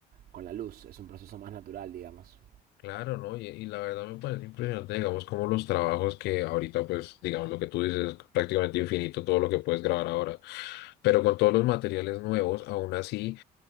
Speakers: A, on the right (about 60°); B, on the left (about 80°).
A: con la luz, es un proceso más natural, digamos.
B: Claro, ¿no? Y, y la verdad me parece impresionante, digamos, como los trabajos que ahorita, pues, digamos, lo que tú dices es prácticamente infinito todo lo que puedes grabar ahora, pero con todos los materiales nuevos, aún así.